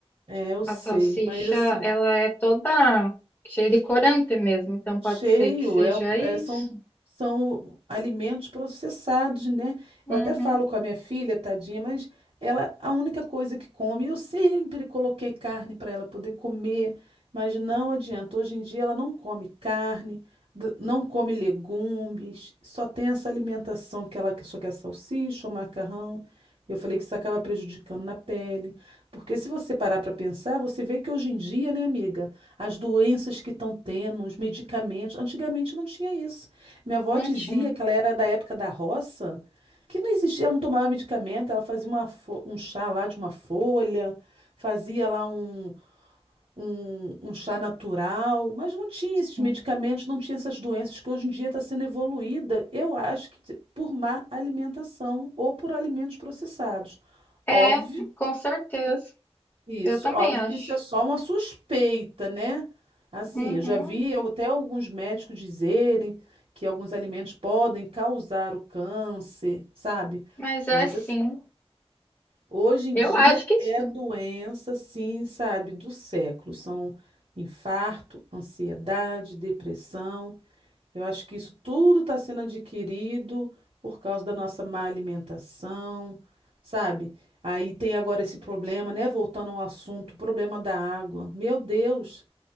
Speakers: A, on the right; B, on the left.
A: É, eu sei,
B: A salsicha,
A: mas assim,
B: ela é toda cheia de corante mesmo, então pode
A: Cheio,
B: ser que seja
A: é,
B: isso.
A: é- são, são alimentos processados, né?
B: Uhum,
A: Eu até falo com a minha filha, tadinha, mas ela, a única coisa que come, eu sempre coloquei carne para ela poder comer, mas não adianta. Hoje em dia ela não come carne, d- não come legumes, só tem essa alimentação que ela que- só quer salsicha, ou macarrão. Eu falei que isso acaba prejudicando na pele, porque se você parar para pensar, você vê que hoje em dia, né, amiga? as doenças que estão tendo, os medicamentos. Antigamente não tinha isso. Minha avó
B: não
A: dizia
B: tinha.
A: que ela era da época da roça, que não existia, ela não tomava medicamento, ela fazia uma fo- um chá lá de uma folha, fazia lá um, um, um chá natural, mas não tinha
B: sim.
A: esses medicamentos, não tinha essas doenças que hoje em dia está sendo evoluída, eu acho que por má alimentação ou por alimentos processados.
B: É,
A: Óbvio
B: com certeza.
A: isso,
B: Eu também
A: óbvio
B: acho.
A: que isso é só uma suspeita, né? Assim,
B: Uhum,
A: eu já vi al- até alguns médicos dizerem que alguns alimentos podem causar o câncer, sabe?
B: mas é
A: Mas
B: sim.
A: assim, hoje em
B: Eu
A: dia
B: acho que
A: é
B: sim.
A: doença, sim, sabe, do século. São infarto, ansiedade, depressão. Eu acho que isso tudo está sendo adquirido por causa da nossa má alimentação, sabe? Aí tem agora esse problema, né? Voltando ao assunto, o problema da água. Meu Deus,